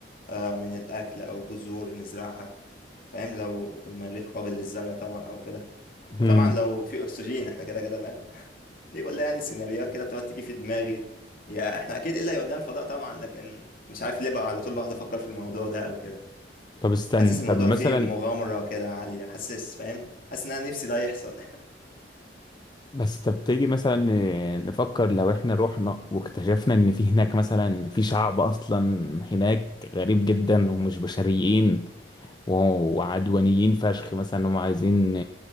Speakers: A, on the left; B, on the left.
A: آه، من الاكل او بذور نزرعها فاهم لو المريخ قابل للزرع طبعا او كده
B: هم.
A: وطبعا لو في اكسجين احنا كده كده فاهم دي كلها يعني سيناريوهات كده بتقعد تيجي في دماغي يا احنا اكيد الا يودينا الفضاء طبعا لكن مش عارف ليه بقى على طول بقعد افكر في الموضوع ده او كده
B: طب استنى
A: حاسس الموضوع
B: طب مثلا
A: فيه مغامرة كده عالية حاسس فاهم حاسس ان انا نفسي ده يحصل
B: بس طب تيجي مثلا ن- نفكر لو احنا رحنا واكتشفنا ان في هناك مثلا في شعب اصلا هناك غريب جدا ومش بشريين و- وعدوانيين فشخ مثلا هم عايزين